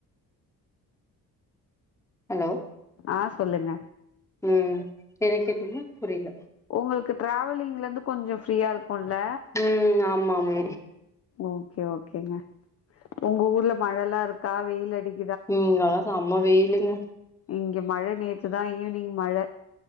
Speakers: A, in the centre; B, on the left.
A: ஹலோ
B: ஆ சொல்லுங்க
A: ம் என்ன கேட்டீங்க புரியில
B: உங்களுக்கு ட்ராவலிங்லிர்ந்து கொஞ்ச ஃப்ரீயா இருக்குல்ல
A: ம் ஆமா ஆமா
B: ஓகே ஓகேங்க உங்க ஊர்ல மழல்லா இருக்கா வெயில் அடிக்
A: ம் அதா செம்மா வெய்லுங்க
B: இங்க மழ நேத்து தா ஈவ்னிங் மழ